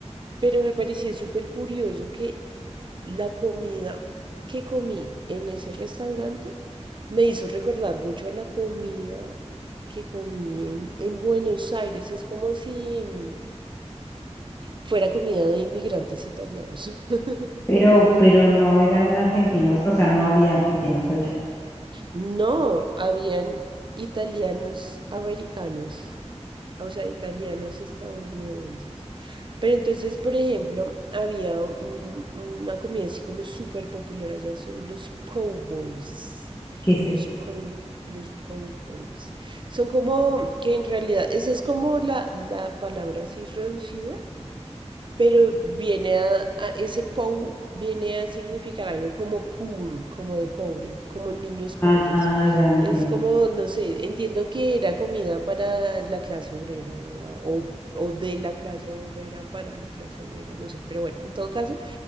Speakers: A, on the right; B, on the left.
A: Pero me pareció súper curioso que la comida que comí en ese restaurante me hizo recordar mucho a la comida que comí en, en Buenos Aires. Es como si mm, fuera comida de inmigrantes italianos. <laughs>
B: pero, pero no eran en argentinos, o sea, no había argentinos allá.
A: No, habían italianos americanos, o sea, italianos estadounidenses. Pero entonces, por ejemplo, había un- una comida así como súper popular allá, son los po' boys.
B: ¿Qué es
A: Los
B: eso?
A: po', los po' boys. Son como, que en realidad, esa es como la, la palabra así reducida, pero viene a, a- ese pou viene a significar algo como poor, como de pobres, como niños pobres.
B: Ah, ya entiendo.
A: Es como, no sé, entiendo que era comida para la clase obrera o, a- o, o de la clase obrera para la clase obrera, no sé, pero bueno, en todo caso,